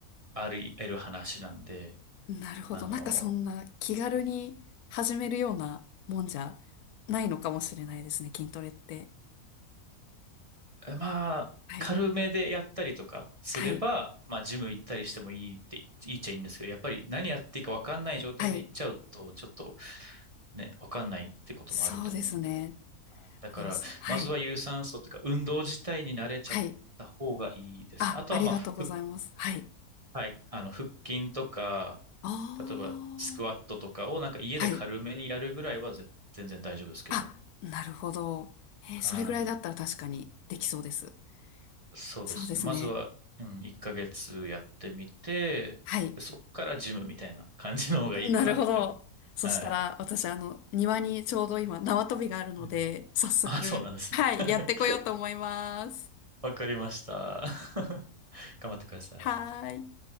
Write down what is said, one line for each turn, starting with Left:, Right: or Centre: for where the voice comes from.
Right: あり得る話なんで、
Left: なるほど。
Right: あの、
Left: なんかそんな気軽に始めるようなもんじゃないのかもしれないですね、筋トレって。
Right: まあ、
Left: はい、
Right: 軽めでやったりとかすれば、
Left: はい、
Right: まあ、ジム行ったりしてもいいって、いいっちゃいいんですけど、やっぱり何やっていいかわかんない状態で行っちゃうと、
Left: はい。
Right: ちょっとね、わかんないってこともあると思うんで。
Left: そうですね。
Right: だから、
Left: あの、すはい、
Right: まずは有酸素というか、運動自体に慣れちゃった方がいいですね。
Left: はい。あ、
Right: あとは、
Left: ありがとうございます。
Right: まあ、ふ
Left: はい。
Right: はい、あの、腹筋とか、
Left: ああ、
Right: 例えば、スクワットとかをなんか家で軽めにやるぐらいはぜ全然大丈夫ですけど。
Left: はい。あ、なるほど。えーそれぐらいだったら確かにできそうです。
Right: はい。そうですね。
Left: そうですね。
Right: まずは、うん、1ヶ月やってみて、
Left: はい。
Right: で、そこからジムみたいな感じの方がいいかなって思う。
Left: なるほど。そしたら、
Right: はい。
Left: 私、あの、庭にちょうど今、縄跳びがあるので、
Right: うん。
Left: 早速、
Right: あ、そうなんですね。
Left: はい、
Right: <laughs>
Left: やってこようと思います。
Right: わかりました。<laughs> 頑張ってください。
Left: はーい。